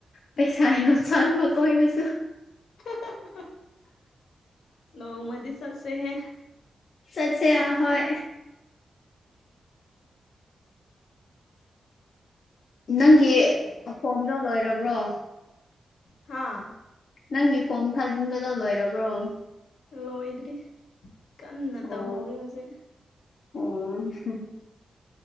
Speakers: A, on the left (about 60°); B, on the left (about 85°).
A: ꯄꯩꯁꯥ ꯌꯥꯝ ꯆꯪ ꯑꯍꯥꯟꯕ ꯀꯣꯏꯕꯁꯨ
B: ꯍꯥ ꯍꯥ ꯍꯥ ꯅꯣꯡꯃꯗꯤ ꯆꯠꯆꯦꯍꯦ
A: ꯆꯠꯁꯦ ꯍꯣꯏ ꯅꯪꯒꯤ ꯑꯣꯀꯣꯝꯗꯣ ꯂꯣꯏꯔꯕ꯭ꯔꯣ
B: ꯍꯥꯥ
A: ꯅꯪꯒꯤ ꯐꯣꯝ ꯊꯥꯖꯤꯟꯕ ꯑꯗꯣ ꯂꯣꯏꯔꯕ꯭ꯔꯣ ꯑꯣ
B: ꯂꯣꯏꯗ꯭ꯔꯤ ꯀꯟꯅ
A: ꯑꯣ
B: ꯇꯧꯍꯧꯔꯦ ꯍꯧꯖꯤꯛ
A: ꯍꯨꯡ ꯍꯨꯡ